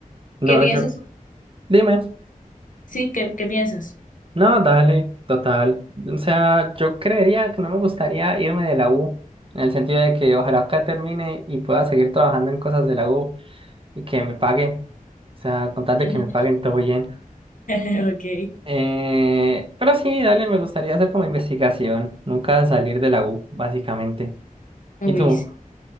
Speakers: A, on the right; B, on the left.
A: No,
B: ¿Qué piensas?
A: yo, dime,
B: Sí, ¿qué, qué piensas?
A: no, dale, total. O sea, yo creería que no me gustaría irme de la U, en el sentido de que ojalá acá termine y pueda seguir trabajando en cosas de la U y que me paguen. O sea, con tal de
B: <laughs>
A: que me paguen todo bien.
B: Ok.
A: Eh, pero sí, dale, me gustaría hacer como investigación, nunca salir de la U, básicamente.
B: Uy,
A: ¿Y tú?
B: sí.